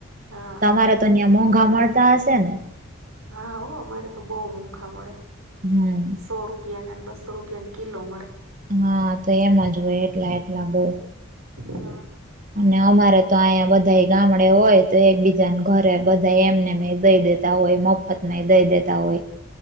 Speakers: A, on the right; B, on the right.
A: હા
B: તમારે
A: એ
B: તો ન્યા મોંઘા
A: બરોબર
B: મળતા હશે ને
A: હા, હો, અમારે તો બહુ મોઘા મળે
B: હમ
A: સો રૂપિયાને બસ <unintelligible> કેમ કિલો મળે
B: હા, તો એમ જ હોય એટલા એટલા બઉ
A: હા
B: અને અમારે તો અહીંયા બધાય ગામડે હોય તો એકબીજાન ઘરે બધા એમને મે દઈ દેતા હોય મફત નદઈ દેતા હોય